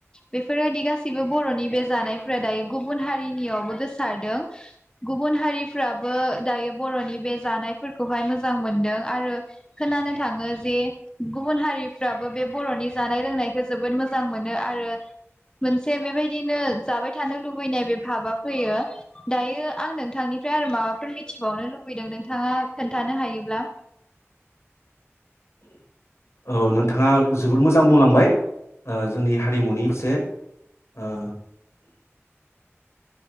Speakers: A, on the left; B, on the left.
A: बेफोरबायदि गासैबो बर'नि बे जानायफोरा दायो गुबुन हारिनियावबो गोसारदों गुबुन हारिफ्राबो दायो बर'नि बे जानायफोरखौहाय मोजां मोनदों आरो खोनानो थाङो जे गुबुन हारिफ्राबो बे बर'नि जानाय लोंनायखौ जोबोद मोजां मोनो आरो मोनसे बेबायदिनो जाबाय थानो लुबैनाय बे भाबा फैयो । दायो आं नोंथांनिफ्राय आरो माबाफोर मिथिबावनो लुबैदों नोंथाङा खोन्थानो हायोब्ला?
B: औ नोंथाङा जोबोद मोजां बुंलांबाय ओ जोंनि हारिमुनि एसे ओ